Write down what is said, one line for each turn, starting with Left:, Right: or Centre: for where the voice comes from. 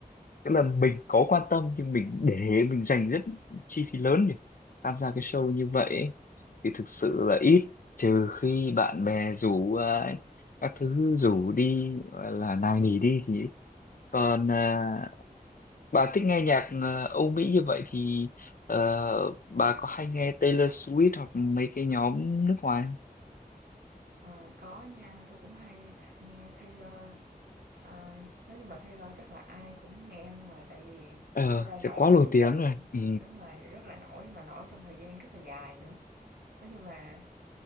Left: Tức là mình có quan tâm nhưng mình để mình dành rất chi phí lớn để tham gia cái show như vậy thì thực sự là ít trừ khi bạn bè rủ à, các thứ rủ đi gọi là nài nỉ đi thì ít. còn à, bà thích nghe nhạc à, Âu Mỹ như vậy thì ờ, bà có hay nghe Taylor Swift hoặc mấy cái nhóm nước ngoài không?
Right: ờ, có nha, tôi cũng hay th nghe Taylor, ờ, nói chung là Taylor chắc là ai cũng nghe luôn rồi, tại vì
Left: Ờ,
Right: Taylor
Left: sẽ
Right: nổi
Left: quá nổi tiếng
Right: từ
Left: rồi. Ừ.
Right: đúng rồi, rất là nổi mà nổi trong thời gian rất là dài nữa. Nói chung là,